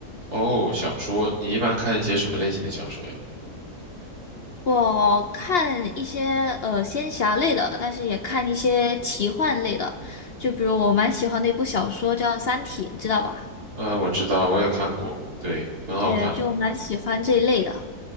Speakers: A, on the right (about 85°); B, on the left (about 55°).
A: 哦，小说，你一般看一些什么类型的小说呀？
B: 我看一些呃仙侠类的，但是也看一些奇幻类的，就比如我蛮喜欢的一部小说叫《三体》，你知道吧？
A: 呃，我知道，我也看过，对，很好看，
B: 对，就蛮喜欢这一类的。